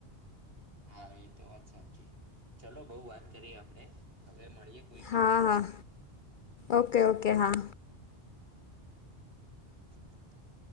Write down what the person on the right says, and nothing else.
હા એ તો વાત સાચી ચલો બઉ વાત કરી આપણે હવે મળીએ કોઈક દિવસ,
<inaudible> <inaudible> <inaudible>